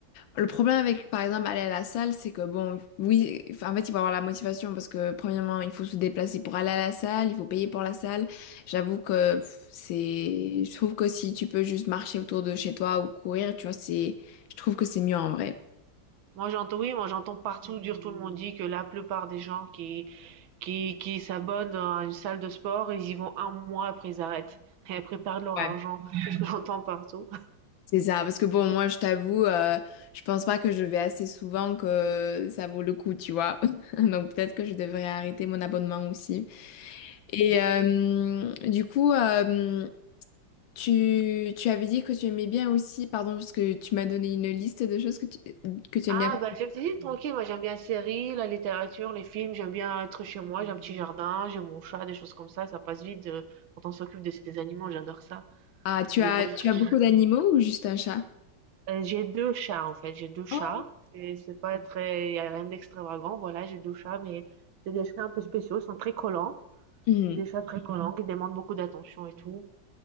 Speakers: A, on the left; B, on the right.
A: Le problème avec, par exemple, aller à la salle, c'est que bon, oui, enfin, en fait, il faut avoir la motivation parce que, premièrement, il faut se déplacer pour aller à la salle, il faut payer pour la salle. J'avoue que pff, c'est, je trouve que si tu peux juste marcher autour de chez toi ou courir, tu vois, c'est, je trouve que c'est mieux en vrai.
B: Moi, j'entends, oui, moi, j'entends partout dire, tout le monde dit que la plupart des gens qui, qui, qui s'abonnent à une salle de sport, ils y vont un mois après, ils arrêtent. Et après, ils perdent leur
A: Ouais.
B: argent. C'est ce que <laughs> j'entends partout.
A: C'est ça, parce que bon, moi, je t'avoue, euh, je pense pas que je vais assez souvent que ça vaut le coup, tu vois. <laughs> Donc peut-être que je devrais arrêter mon abonnement aussi. Et euh, du coup, euh, Tu, tu avais dit que tu aimais bien aussi, pardon, parce que tu m'as donné une liste de choses que tu, que tu
B: Ah,
A: aimes bien faire.
B: bah, je me suis dit, tranquille, moi j'aime bien les séries, la littérature, les films, j'aime bien être chez moi, j'ai un petit jardin, j'ai mon chat, des choses comme ça, ça passe vite euh, quand on s'occupe de ces animaux, j'adore ça.
A: Ah, tu
B: Des
A: as,
B: fois,
A: tu
B: je-
A: as beaucoup d'animaux ou juste un chat?
B: euh, j'ai deux chats en fait, j'ai deux chats,
A: Oh.
B: et c'est pas très, y a rien d'extravagant, voilà, j'ai deux chats, mais c'est des chats un peu spéciaux, ils sont très collants,
A: Mhm.
B: c'est des chats très collants qui demandent beaucoup d'attention et tout.